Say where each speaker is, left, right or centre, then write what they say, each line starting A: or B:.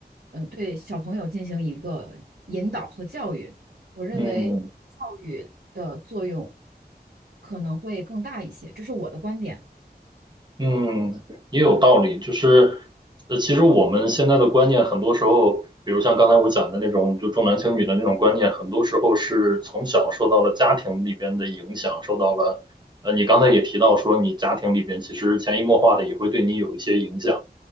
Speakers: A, on the right; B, on the right.
A: 嗯、对小朋友进行一个引导和教育。我认为教育的作用
B: 嗯
A: 可能会更大一些，这是我的观点。
B: 嗯，也有道理。就是，呃，其实我们现在的观念，很多时候，比如像刚才我讲的那种，就重男轻女的那种观念，很多时候是从小受到了家庭里边的影响，受到了，呃，你刚才也提到说，你家庭里边其实潜移默化的也会对你有一些影响。